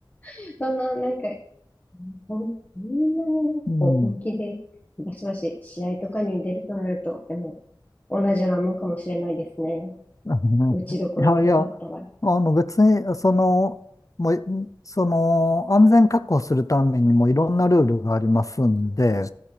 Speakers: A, on the left; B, on the left.
A: <laughs> そんな、なんか、ほん、そんなになんかこう本気で、
B: うん。
A: バシバシ試合とかに出るとなると、でも、同じようなもんかもしれないですね。
B: あのねいやいや、
A: 打ちどころ悪かったら。
B: あの別に、その、もう、その、安全確保するためにもいろんなルールがありますんで、